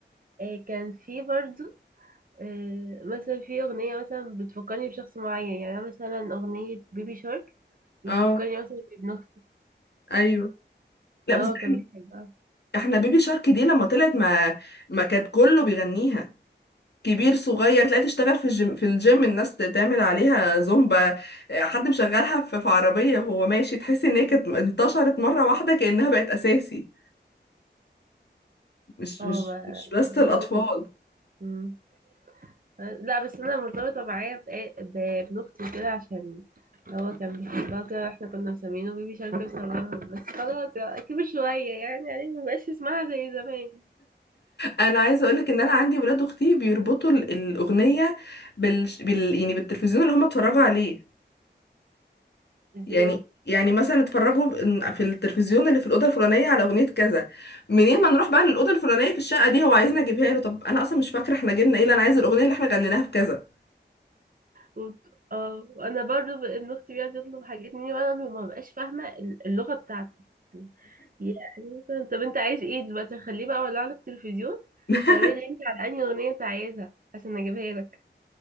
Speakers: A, on the right; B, on the left.
A: آه، كان في برضو آه، مثلا في أغنية مثلا بتفكرني بشخص معين يعني أنا مثلا أغنية بيبي شارك بتفكرني
B: اه
A: مثلا بابن أختي
B: ايوه لا
A: إن
B: بس
A: هو كان
B: احنا
A: بيحبها
B: احنا بيبي شارك دي لما طلعت ما ما كان كله بيغنيها كبير صغير تلاقي تشتغل في الجيم في الجيم الناس تعمل عليها زومبا آه، حد مشغلها في في عربية وهو ماشي تحس ان هي كانت انتشرت مرة واحدة كأنها بقت اساسي مش
A: اه
B: مش
A: ما
B: مش بس الاطفال
A: هو كان مم. لا بس أنا مرتبطة معايا بإيه- بابن أختي وكده عشان هو كان بيحبها وكده واحنا كنا مسمينه بيبي شارك بسببها بس خلاص يعني كبر شوية يعني يعني مبقاش اسمها زي زمان
B: انا عايزه اقولك ان انا عندي ولاد اختي بيربطوا ال- الاغنيه بال... بال... يعني بالتلفزيون اللي هم اتفرجوا عليه
A: ازاي
B: يعني يعني مثلا اتفرجوا في في التلفزيون اللي في الاوضه الفلانيه على اغنيه كذا منين ما نروح بقى للاوضه الفلانيه في الشقه دي هو عايزنا اجيبها له طب انا اصلا مش فاكره احنا جبنا ايه لا انا عايزه الاغنيه اللي احنا غنيناها في كذا
A: وبت- اه وانا برضو ب- ابن اختي بيقعد يطلب حاجات مني وانا ما ببقاش فاهمه ال- اللغه بتاعته يعني مثلا طب انت عايز ايه دلوقتي خليه بقى ولا على التلفزيون
B: <laughs>
A: شاور لي انت على انهي اغنيه انت عايزها عشان اجيبها لك